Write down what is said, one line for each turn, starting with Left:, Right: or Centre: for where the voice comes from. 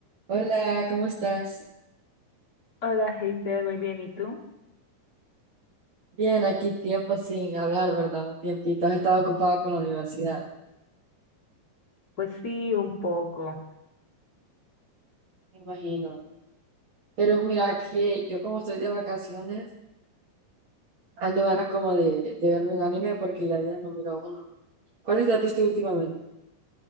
Right: Hola, ¿cómo estás?
Left: Hola, Hazel, muy bien. ¿Y tú?
Right: Bien, aquí tiempo sin hablar, ¿verdad? Un tiempito. Has estado ocupado con la universidad,
Left: Pues sí, un poco.
Right: me imagino. Pero mira, que yo como estoy de vacaciones, ando ganas como de, de verme un anime porque ya días no miro uno. ¿Cuáles te has visto últimamente?